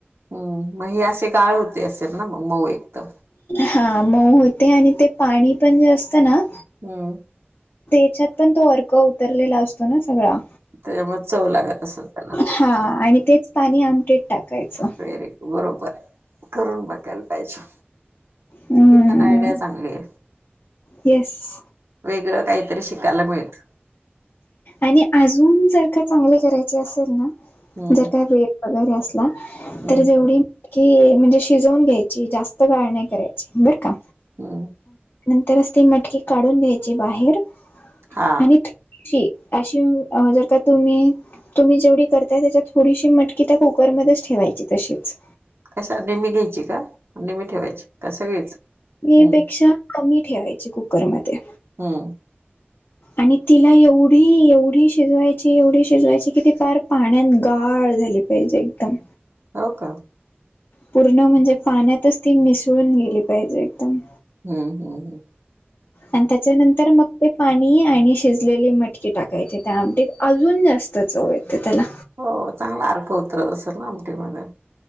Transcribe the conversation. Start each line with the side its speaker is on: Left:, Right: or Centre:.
Right: हम्म मग ही अशी गाळ होत असेल ना मऊ एकदम.
Left: हा मऊ होते आणि ते पाणी पण जास्त ना
Right: हम्म
Left: त्याच्यात पण तो अर्क उतरलेला असतो ना सगळा.
Right: त्याच्यामुळ चव लागत असल त्याला
Left: हा
Right: चा
Left: आणि तेच पाणी आमटीत टाकायचं.
Right: वेरी बरोबर आहे करून बघाल पाहिजे.
Left: हम्म
Right: ही पण आयडिया चांगली आहे.
Left: येस
Right: वेगळं काहीतरी शिकायला मिळतं.
Left: आणि अजून जर का चांगले करायचे असेल ना
Right: हम्म
Left: जर का वेळ वगैरे अस ना
Right: हम्म
Left: तर जेवढी मटकी म्हणजे शिजून घ्यायची जास्त गाळ नाही करायची, बर का.
Right: हम्म
Left: नंतरस ती मटकी काढून घ्यायची बाहेर
Right: हा
Left: आणि अशी, अशी जर का तुम्ही तुम्ही जेवढी करताय त्याच्यात थोडीशी मटकी त्या कुकर मध्येच ठेवायची तशीच.
Right: अच्छा नीमी घ्यायची का? नीमी ठेवायची का सगळीच?
Left: नीम
Right: हम्म
Left: पेक्षा कमी ठेवायची कुकरमध्ये
Right: हम्म
Left: आणि तिला एवढी एवढी शिजवायची एवढी शिजवायची, की ती फार पाण्यात गाळ झाली पाहिजे एकदम
Right: हो का
Left: पूर्ण म्हणजे पाण्यातच ती मिसळून गेली पाहिजे एकदम.
Right: हम्म हम्म हम्म
Left: अन त्याच्यानंतर मग ते पाणी आणि शिजलेली मटकी टाकायची त्या आमटीत अजून जास्त चवये ते त्याला.
Right: हो चांगला अर्क उतरत असेल ना आमटीमध्ये.